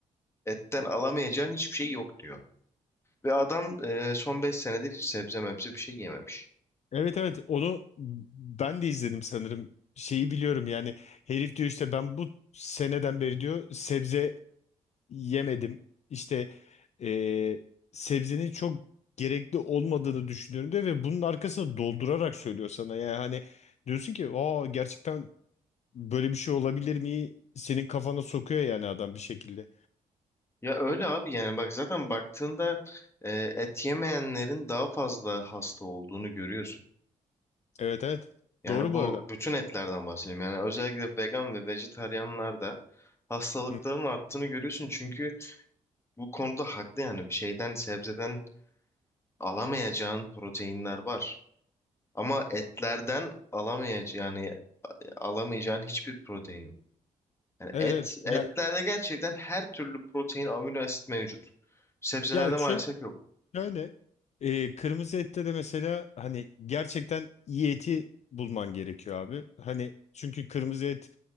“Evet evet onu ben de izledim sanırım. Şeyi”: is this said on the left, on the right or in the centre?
Left